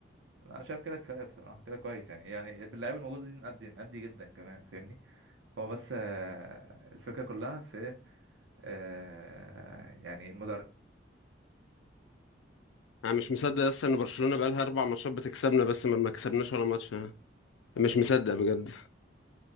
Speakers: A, on the right; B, on the left.
A: انا شايف كده كفايه بصراحه كده كويس يعني يعني باللعيب الموجود دي نأدي نأدي جدا كمان فاهمني هو بس آه، الفكره كلها في آه، يعني المدرب
B: انا مش مصدق اصلا ان برشلونه بقالها اربع ماتشات بتكسبنا بس ما ما كسبناش ولا ماتش أنا مش مصدق بجد